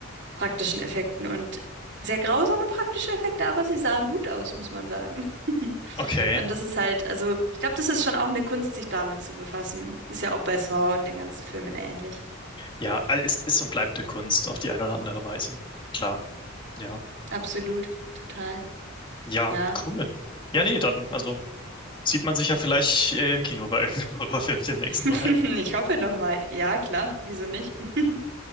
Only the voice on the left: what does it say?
Okay,
Ja, äh, ist, ist und bleibt eine Kunst auf die eine oder andere Weise. Klar, ja.
Ja,
cool. Ja, nee, dann, also sieht man sich ja vielleicht äh, im Kino bei irgendeinem <laughs> Horrorfilm demnächst
mal.